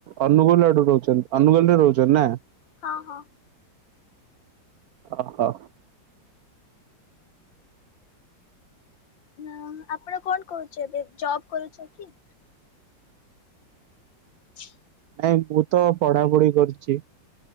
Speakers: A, on the right; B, on the left.
A: ଅନୁଗୋଳ ଆଡୁ ରହୁ ଅନୁଗୋଲରେ ରହୁଛନ୍ତି ନା?
B: ହଁ ହଁ
A: ଓ ହୋ।
B: ନା ଆପଣ କଣ କରୁଛେ ଏବେ ଜବ୍ କରୁଛେ କି? <inaudible>
A: ନାଇଁ ମୁଁ ତ ପଢାପଢି କରିଛି